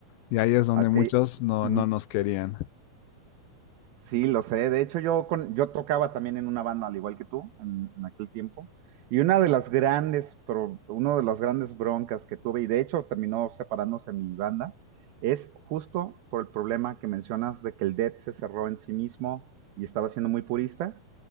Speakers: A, on the left; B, on the right.
A: Y ahí es donde
B: A
A: muchos
B: ti.
A: no,
B: ujú.
A: no nos querían.
B: Sí, lo sé. De hecho, yo, con, yo tocaba también en una banda, al igual que tú, en, en aquel tiempo. Y una de las grandes, pro- uno de las grandes broncas que tuve, y de hecho terminó separándose mi banda, es justo por el problema que mencionas de que el Dead se cerró en sí mismo y estaba siendo muy purista.